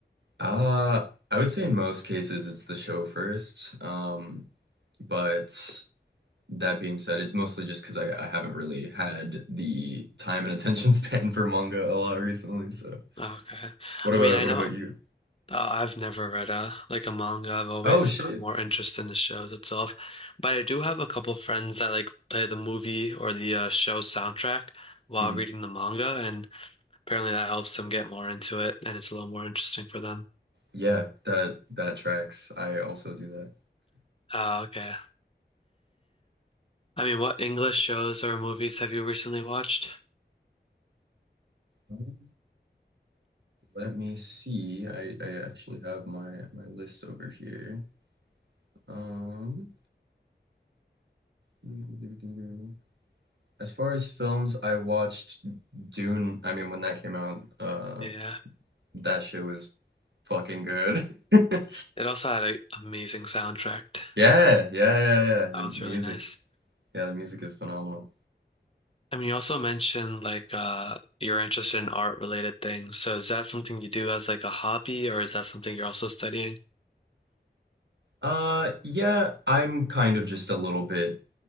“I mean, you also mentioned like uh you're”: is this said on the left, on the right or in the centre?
Left